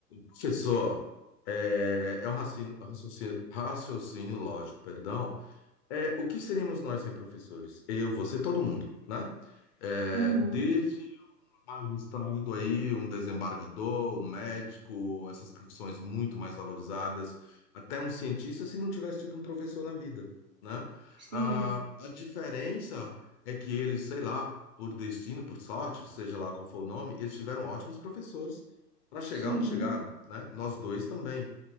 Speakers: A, on the left; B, on the right.
A: professor, é, é um raci- raciocínio, raciocínio lógico, perdão, É, o que seríamos nós sem professores? Eu, você, todo mundo, né? É,
B: Uhum.
A: desde magistrado aí, um desembargador, um médico, essas profissões muito mais valorizadas, até um cientista se não tivesse tido um professor na vida, né?
B: Sim,
A: Ah, a diferença é que eles, sei lá, por destino, por sorte, seja lá qual for o nome, eles tiveram ótimos professores para chegar
B: sim.
A: onde chegaram, né? Nós dois também.